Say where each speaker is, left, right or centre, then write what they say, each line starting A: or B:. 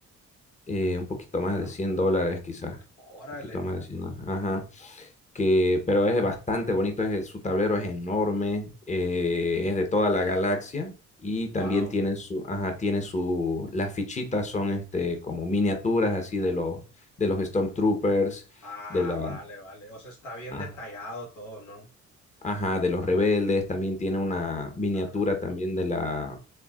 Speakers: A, on the left; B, on the left.
A: eh, un poquito más
B: ajá,
A: de 100 dólares quizás,
B: órale,
A: un poquito más de 100 dólares, ajá, que, pero es bastante bonito, es- su tablero es enorme, eh, es de toda la galaxia y
B: wow.
A: también tiene su, ajá, tiene su, las fichitas son este, como miniaturas así de los, de los Stormtroopers,
B: Ah,
A: de la,
B: vale, vale. O sea, está bien
A: ah,
B: detallado todo, ¿no?
A: ajá, de los rebeldes, también tiene una miniatura
B: Claro.
A: también de la